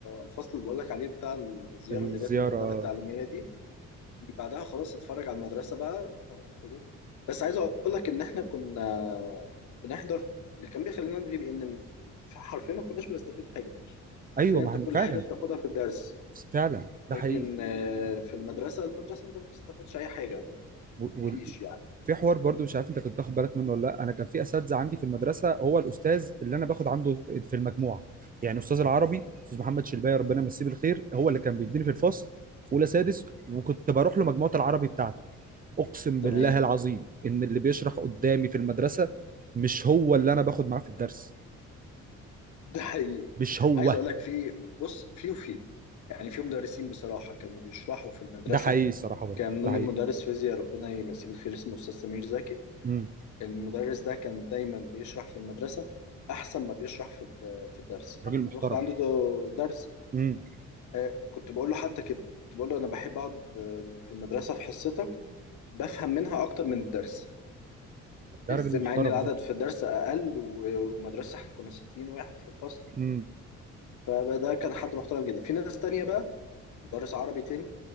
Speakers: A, on the left; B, on the right.
A: الفصل اللي بقول لك عليه بتاع الزياره
B: الزيارة
A: اللي جت من الاداره
B: آه.
A: التعليميه دي من بعدها خلاص اتفرج على المدرسه بقى حضور بس عايز اقول لك ان احنا كنا بنحضر اللي كان بيخلينا نغيب ان حرفيا ما كناش بنستفيد حاجه
B: ايوه
A: حرفيا
B: ما
A: انت
B: احنا
A: كل
B: فعلا
A: حاجه بتاخدها في الدرس
B: فعلا ده
A: لكن
B: حقيقي
A: آه، في المدرسه المدرسه انت ما بتستفيدش اي حاجه
B: وفي
A: مفيش يعني
B: حوار برضو مش عارف انت كنت تاخد بالك منه ولا لا انا كان في اساتذه عندي في المدرسه هو الاستاذ اللي انا باخد عنده في في المجموعه يعني استاذ العربي استاذ محمد شلباي ربنا يمسيه بالخير هو اللي كان بيديني في الفصل في اولى سادس وكنت بروح له مجموعه العربي بتاعته اقسم
A: تمام
B: بالله العظيم ان اللي بيشرح قدامي في المدرسه مش هو اللي انا باخد معاه في الدرس
A: <laughs> ده حقيقي
B: مش هو
A: عايز اقول لك في بص في وفي يعني في مدرسين بصراحه كانوا بيشرحوا في المدرسه
B: ده حقيقي الصراحه برضه
A: كان منهم
B: ده حقيقي
A: مدرس فيزياء ربنا يمسيه بالخير اسمه أستاذ سمير زكي
B: امم
A: المدرس ده كان دايما بيشرح في المدرسة أحسن ما بيشرح في الد- في الدرس
B: راجل
A: أنا كنت
B: محترم
A: باخد عنده د- درس
B: امم
A: آه، كنت بقول له حتى كده كنت بقول له أنا بحب أقعد آه، في المدرسة في حصتك بفهم منها أكتر من الدرس
B: ده
A: إزاي
B: راجل محترم
A: مع إن العدد في الدرس أقل و- ومدرسة إحنا كنا 60 واحد في الفصل
B: ده
A: فده كان حد محترم جدا في ناس تانية بقى مدرس عربي تاني